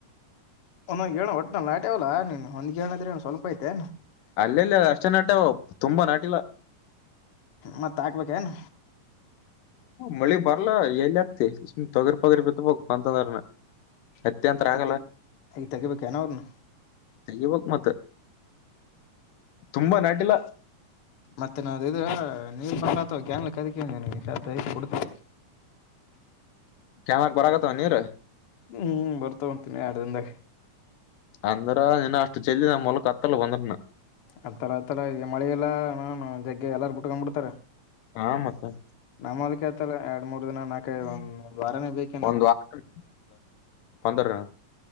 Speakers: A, on the left; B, on the left.
A: ಒಂದೊ ಹೇಳಣ್ಣ ಒಟ್ಟನ್ಲಿ ನಾಟಿ ಅವಲ್ಲ ನೀನ್ ಒಂದ್ರಣದ್ರೆ ಸ್ವಲ್ಪ ಐತೆೇ.
B: ಅಲ್ಲೆ ಅಲ್ಲಿ ಅಷ್ಟೇ ನಟವು ತುಂಬಾ ನಾಟಿಲ್ಲ.
A: ಮತ್ತತ್ ಹಕ್ಬೇಕ ಏನ್.
B: ಮಳಿ ಬರ್ಲಾ ಎಲ್ಲಿ ಆಗ್ತಿ ಸುಮ್ ತೊಗರಿ ಪೊಗರಿ ಬಿತ್ತಬಬೇಕಕ್ ಬಂತಂದ್ರನ. ಹತ್ತಿ ಅಂತು ಆಗಲ್ಲ.
A: ಮತ್ತೆ ಈಗ ತೆಗಿಬೇಕೇನ ಅವ್ರನು
B: ತೆಗೀಬೇಕು ಮತ್ತ ತುಂಬಾ ನಾಟಿಲ್ಲ.
A: ಮತ್ತೆ ನಾವು ಇದ್ರ ನೀವ ಅವಾ ಗ್ಯಾನ್ಲ್ <unintelligible>
B: ಕ್ಯಾಮರಕ್ ಬರಗತ್ತ ನೀರ.
A: ಹ್ಮ್ ಹ್ಮ್ ಬರ್ತಾವ <unintelligible>
B: ಅಂದ್ರ ಇನ್ ಅಷ್ಟು ಚೆಲ್ಲಿ ನಮ್ಮ ಹೊಲಕ್ಕ ಹತ್ತಲ್ಲ ಬಂದ್ರುನು.
A: ಹತ್ತಲ್ಲ ಹತ್ತಲ್ಲ ಈಗ ಮಳೆಲ್ಲ ಜಗ್ಗೆ ಎಲ್ಲಾರು ಬಿಟ್ಕೊಂಡ್ ಬಿಡ್ತಾರ.
B: ಹಾ ಮತ್ತ
A: ನಮ್ಮ ಹೊಲಕ್ಕ ಹತಲ್ಲ ಎರಡ್ ಮೂರ್ ದಿನ ನಾಕೈದು ಒಂದ ವಾರಾನೇ ಬೇಕು.
B: ಒಂದವರ ಬಂದ್ರುನು.